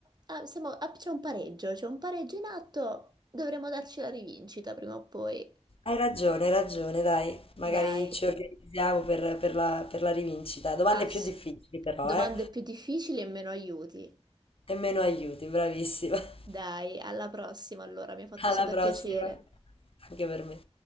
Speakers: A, on the right; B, on the left.
A: ah, siamo- ah, c'è un pareggio, c'è un pareggio in atto, dovremo darci la rivincita prima o poi.
B: Hai ragione, hai ragione, dai. Magari
A: Dai,
B: ci organizziamo per, per la, per la rivincita. Domande
A: ass-
B: più difficili però,
A: domande
B: eh?
A: più difficili e meno aiuti.
B: E meno aiuti, bravissima. <laughs>
A: Dai, alla prossima allora, mi ha fatto
B: Alla
A: super
B: prossima,
A: piacere.
B: anche per me.